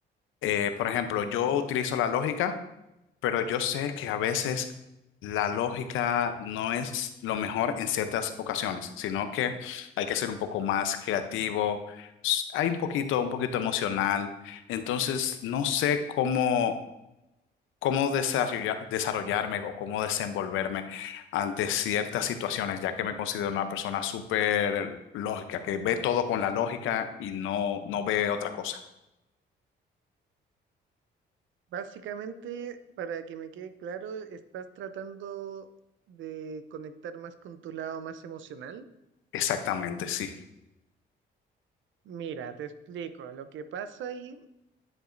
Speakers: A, on the left; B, on the right.
A: eh, por ejemplo, yo utilizo la lógica, pero yo sé que a veces la lógica no es lo mejor en ciertas ocasiones, sino que hay que ser un poco más creativo, s- hay un poquito, un poquito emocional. Entonces, no sé cómo, cómo desarrolla- desarrollarme o cómo desenvolverme ante ciertas situaciones, ya que me considero una persona súper lógica, que ve todo con la lógica y no, no ve otra cosa.
B: Básicamente, para que me quede claro, estás tratando de conectar más con tu lado más emocional.
A: Exactamente, sí.
B: Mira, te explico. Lo que pasa ahí